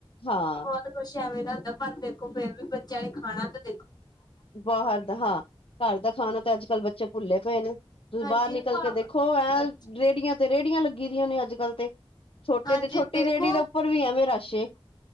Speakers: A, on the left; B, on the left.
A: ਹਾਂ।
B: ਬਹੁਤ ਕੁਛ ਐਵੇਂ ਦਾ ਹੁੰਦਾ ਪਰ ਦੇਖੋ ਫੇਰ ਵੀ ਬੱਚਿਆਂ ਨੇ ਖਾਣਾ ਤੇ
A: ਬਾਹਰ ਦਾ ਹਾਂ। ਘਰ ਦਾ ਖਾਣਾ ਤੇ ਅੱਜ-ਕਲ ਬੱਚੇ ਭੁੱਲੇ ਪਏ ਨੇ। ਤੁਸੀਂ
B: ਹਾਂਜੀ
A: ਬਾਰ ਨਿਕਲ
B: ਭਾ
A: ਕੇ ਦੇਖੋ, ਐਂ
B: ਹਾਂਜੀ,
A: ਰੇਹੜੀਆਂ ਤੇ ਰੇਹੜੀਆਂ ਲੱਗੀ ਗੀਆਂ ਦੀਆਂ ਨੇ ਅੱਜ-ਕਲ ਤੇ ਛੋਟੇ
B: ਹਾਂਜੀ
A: ਤੇ ਛੋਟੀ
B: ਦੇਖੋ
A: ਰੇੜੀ ਦੇ ਉੱਪਰ ਵੀ ਐਵੇੇ ਰਸ਼ ਏ